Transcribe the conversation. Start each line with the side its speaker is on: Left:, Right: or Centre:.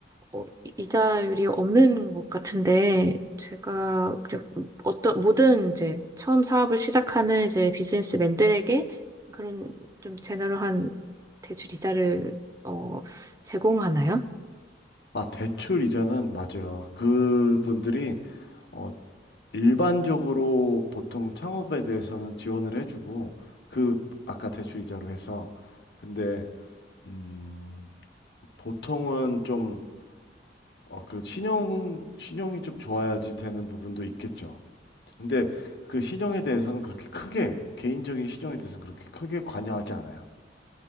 Right: 어, 이- 이자율이 없는 것 같은데, 제가 이제 어떤, 모든 이제 처음 사업을 시작하는 이제 비즈니스맨들에게 그런 좀 제너럴한 대출 이자를, 어, 제공하나요?
Left: 아 대출 이자는 맞아요. 그분들이 어 일반적으로 보통 창업에 대해서는 지원을 해주고 그 아까 대출 이자로 해서 근데 음 보통은 좀 어, 그리고 신용, 신용이 좀 좋아야지 되는 부분도 있겠죠. 근데 그 신용에 대해서는 그렇게 크게, 개인적인 신용에 대해서는 그렇게 크게 관여하지 않아요.